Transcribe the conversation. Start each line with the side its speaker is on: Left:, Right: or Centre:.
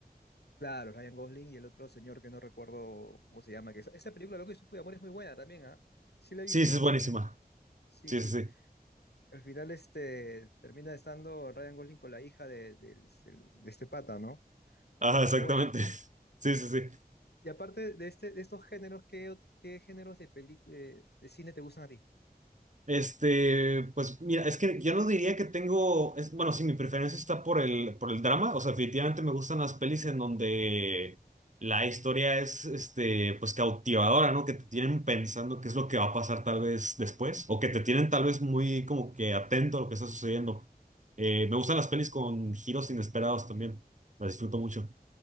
Left: claro, Ryan Gosling y el otro señor que no recuerdo cómo se llama, que esa, esa película Loco Estúpido Amor es muy buena también, ¿ah? Sí la he
Right: Sí,
Left: visto,
Right: sí,
Left: es
Right: es buenísima.
Left: muy, sí,
Right: Sí,
Left: sí.
Right: sí, sí.
Left: Al final este termina estando Ryan Gosling con la hija de, de- del- de este pata, ¿no?
Right: Ah, exactamente.
Left: Muy buena.
Right: <laughs> Sí, sí, sí.
Left: Y aparte de este, de estos géneros, ¿qué, qué géneros de película de, de cine te gustan a ti?
Right: Este, pues mira, es que yo no diría que tengo, es, bueno, sí, mi preferencia está por el, por el drama, o sea, definitivamente me gustan las pelis en donde la historia es, este, pues cautivadora, ¿no? Que te tienen pensando qué es lo que va a pasar tal vez después, o que te tienen tal vez muy como que atento a lo que está sucediendo. Eh, me gustan las pelis con giros inesperados también, las disfruto mucho.